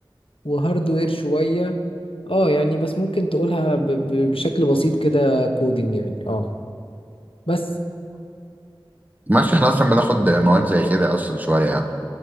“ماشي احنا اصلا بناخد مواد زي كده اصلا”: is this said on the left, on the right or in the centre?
Right